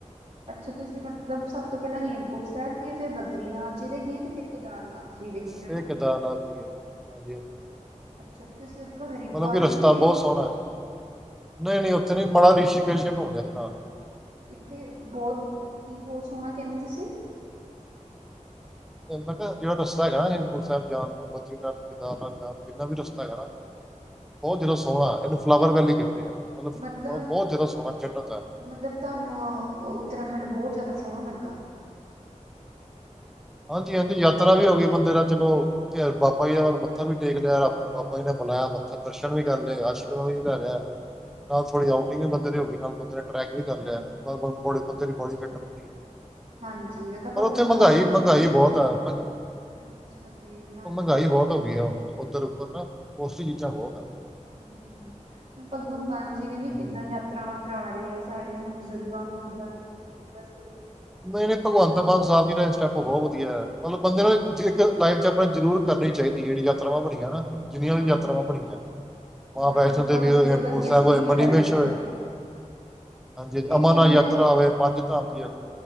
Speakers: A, on the right; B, in the centre.
A: ਅੱਛਾ, ਤੁਸੀਂ ਮਤਲਬ ਸਭ ਤੋਂ ਪਹਿਲਾਂ ਹੇਮਕੁੰਟ ਸਾਹਿਬ ਗਏ ਫਿਰ ਬਦਰੀਨਾਥ ਜੀ ਦੇ ਗਏ ਤੇ ਫਿਰ ਕੇਦਾਰਨਾਥ ਜੀ। ਦੇ ਗਏ ਹਨਾ
B: ਫੇਰ ਕੇਦਾਰਨਾਥ ਜੀ ਗਏ, ਹਾਂਜੀ-ਹਾਂਜੀ
A: ਅੱਛਾ ਤੁਸੀਂ ਉੱਧਰੋਂ ਹਰਿਦੁਆਰ
B: ਮਤਲਬ ਕਿ
A: ਨੀ
B: ਰਸਤਾ
A: ਗਏ
B: ਬਹੁਤ ਸੋਹਣਾ ਏ, ਨਹੀਂ ਨਹੀਂ ਉਥੇ ਇਥੇ ਨੀ <inaudible> ਬੜਾ ਰਿਸ਼ੀਕੇਸ਼ ਘੁੰਮਦੇ ਸੀ ਨਾਲ।
A: ਕਿੱਥੇ ਬਹੁਤ ਕੀ ਬਹੁਤ ਸੋਹਣਾ ਕਹਿੰਦੇ ਤੁਸੀਂ?
B: ਮੈਂ ਕਿਹਾ ਜਿਹੜਾ ਰਸਤਾ ਹੈਗਾ ਨਾ ਹੇਮਕੁੰਟ ਸਾਹਿਬ ਜਾਣ ਨੂੰ ਬਦਰੀਨਾਥ ਕੇਦਾਰਨਾਥ ਜਾਣ ਨੂੰ ਜਿੰਨਾ ਵੀ ਰਸਤਾ ਹੈਗਾ ਨਾ ਬਹੁਤ ਜਾਦਾ ਸੋਹਣਾ ਇਹਨੂੰ ਫਲਾਵਰ ਵੈਲੀ ਕੰਦੇ ਆ।
A: ਮਤਲਬ-
B: ਬ- ਬਹੁਤ ਜ਼ਿਆਦਾ ਸੋਹਣਾ ਜੰਨਤ ਹੈ
A: ਮਤਲਬ ਤੁਹਾਨੂੰ ਅ ਉੱਤਰਾਖੰਡ ਬਹੁਤ ਜ਼ਿਆਦਾ ਹੋ ਸੋਹਣਾ ਲੱਗਾ।
B: ਹਾਂਜੀ ਹਾਂਜੀ ਯਾਤਰਾ ਵੀ ਹੋ ਗਈ ਬੰਦੇ ਦਾ ਚਲੋ ਤੇ ਬਾਬਾ ਜੀ ਦਾ ਵੱਲ ਮੱਥਾ ਵੀ ਟੇਕ ਲਿਆ ਬਾਬਾ ਜੀ ਨੇ ਬਣਾਇਆ ਪੱਥਰ ਦਰਸ਼ਨ ਵੀ ਕਰ ਲਏਆਸ਼ੀਰਵਾਦ ਵੀ ਲੈ ਲਿਆ। ਨਾਲ ਥੋੜ੍ਹੀ ਆਊਟਿੰਗ ਵੀ ਬੰਦੇ ਦੀ ਹੋਗੀ ਨਾਲ ਬੰਦੇ ਨੇ ਟਰੈਕ ਵੀ ਕਰ ਲਿਆ। ਨਾਲ-ਨਾਲ ਬੋਡੀ ਬੰਦੇ
A: ਅੱਛਾ,
B: ਦੀ ਬੋਡੀਫਿੱਟ ਰਹਿੰਦੀ ਹੈ,
A: ਹਾਂਜੀ ਓਦਾਂ
B: ਪਰ
A: ਭਗਵੰਤ
B: ਉੱਥੇ ਮਹਿੰਗਾਈ
A: ਮਾਨ ਜੀ
B: ਮਹਿੰਗਾਈ
A: ਨੇ ਵੀ
B: ਬਹੁਤ ਹੈ ਮਹਿੰਗਾ--ਮਹਿੰਗਾਈ
A: ਅੱਛਾ ਜੀ ਹਾਂਜੀ
B: ਬਹੁਤ ਹੋ ਗਈ ਆ। ਉੱਧਰ ਉੱਪਰ ਨਾ ਪੋਸ਼ਟੀ ਚੀਜ਼ਾਂ ਬਹੁਤ ਐ।
A: ਹਮ ਹਮ ਭਗਵੰਤ ਮਾਨ ਜੀ ਨੇ ਵੀ
B: ਹਾਂਜੀ
A: ਕਿੱਦਾਂ
B: ਹਾਂਜੀ।
A: ਯਾਤਰਾਵਾਂ ਕਰਾ ਰੇ ਆ। ਸਾਰਿਆਂ ਨੂੰ ਬਜ਼ੁਰਗਾਂ ਨੂੰ ਜਿੱਦਾਂ ਕਿਦਾ ਕਿ ਫਿਫਟੀ ਪਲਸ।
B: ਨਹੀਂ -ਨਹੀਂ, ਭਗਵੰਤ ਮਾਨ ਸਾਹਿਬ ਜੀ ਦਾ ਇਹ ਸਟੈਪ ਬਹੁਤ ਵਧੀਆ। ਮਤਲਬ ਬੰਦੇ ਨੇ ਇੱਕ ਲਾਈਫ ਚ ਆਪਣਾ ਜ਼ਰੂਰ ਕਰਨੀ ਚਾਹੀਦੀ, ਜਿਹੜੀ ਯਾਤਰਾਵਾਂ ਬਣੀਆਂ ਨਾ। ਜਿੰਨੀਆਂ ਵੀ
A: ਹਾਂਜੀ
B: ਯਾਤਰਾਵਾਂ ਬਣੀਆਂ
A: ਉਹਨਾਂ
B: ਮਾਂ ਵੈਸ਼ਨੋ
A: ਨੇ ਮਤਲਬ
B: ਦੇਵੀ, ਹੇਮਕੁੰਟ
A: ਇਹ ਵਧੀਆ
B: ਸਾਹਿਬ
A: ਸਕੀਮ
B: ਹੋਏ
A: ਲਗਾਈ
B: ਮਨੀਮਹੇਸ਼ਰ।
A: ਆ
B: ਹਾਂਜੀ,
A: ਤੇ ਇੱਕ
B: ਅਮਰਨਾਥ
A: ਉਹਨਾਂ
B: ਯਾਤਰਾ
A: ਦੇ
B: ਆਵੇ ਪੰਜ ਧਾਮ ਦੀ ਹੈ।